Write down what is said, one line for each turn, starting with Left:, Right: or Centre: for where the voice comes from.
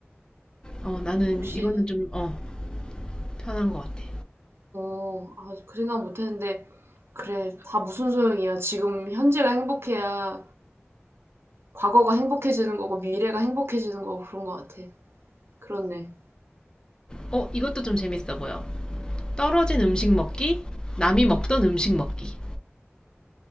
Left: 어, 나는
Right: 역시.
Left: 이거는 좀, 어, 편한 것 같아.
Right: 어, 아, 그 생각 못 했는데. 그래, 다 무슨 소용이야. 지금 현재가 행복해야 과거가 행복해지는 거고, 미래가 행복해지는 거고, 그런 것 같아. 그렇네.
Left: 어, 이것도 좀 재밌어 보여. 떨어진 음식 먹기, 남이 먹던 음식 먹기.